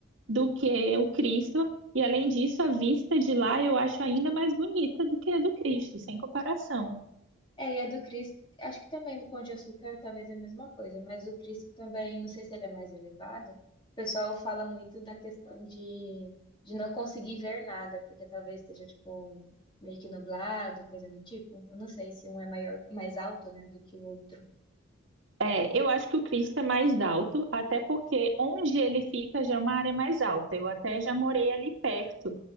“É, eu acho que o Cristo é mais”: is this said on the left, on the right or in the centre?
Right